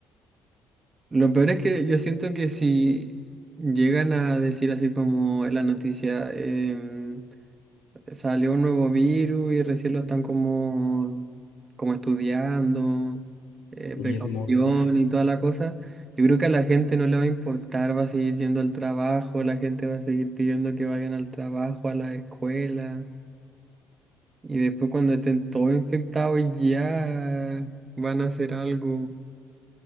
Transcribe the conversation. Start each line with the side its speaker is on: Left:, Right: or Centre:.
Right: lo peor es que yo siento que si llegan a decir así como en la noticia, em, Salió un nuevo virus y recién lo están como, como estudiando, eh,
Left: y
Right: precaución
Left: es mortal.
Right: y toda la cosa. Yo creo que a la gente no le va a importar, va a seguir yendo al trabajo, la gente va a seguir pidiendo que vayan al trabajo, a la escuela. Y después cuando estén todos infectados ya van a hacer algo.